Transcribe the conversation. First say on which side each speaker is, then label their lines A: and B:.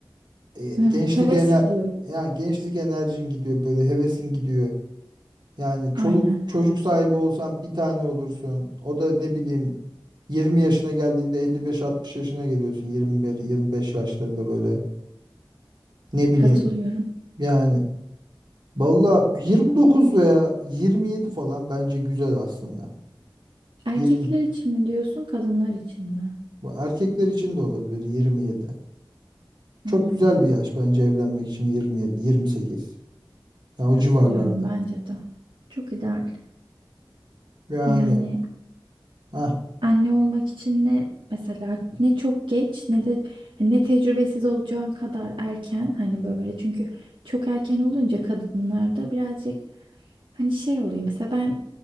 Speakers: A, on the right; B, on the right.
A: E,
B: Evet,
A: gençlik
B: heves
A: ener
B: gidiyor ya.
A: yani gençlik enerjin gidiyor böyle hevesin gidiyor. Yani çoluk
B: Aynen,
A: çocuk sahibi olsan bir tane olursun. O da ne bileyim 20 yaşına geldiğinde 55-60 yaşına geliyorsun. 21-25 yaşlarında böyle. Ne bileyim
B: katılıyorum.
A: yani. Valla 29 veya 27 falan bence güzel aslında.
B: Erkekler
A: 20
B: için mi diyorsun, kadınlar için mi?
A: bu erkekler için de olabilir 27. Çok
B: Hmm.
A: güzel bir yaş bence evlenmek için 27, 28. Yani o
B: Katılıyorum
A: civarlarda.
B: bence de. Çok ideal.
A: Yani
B: Yani
A: ah
B: anne olmak için ne mesela ne çok geç ne de hani ne tecrübesiz olacağın kadar erken hani böyle çünkü çok erken olunca kadınlarda birazcık hani şey oluyor. Mesela ben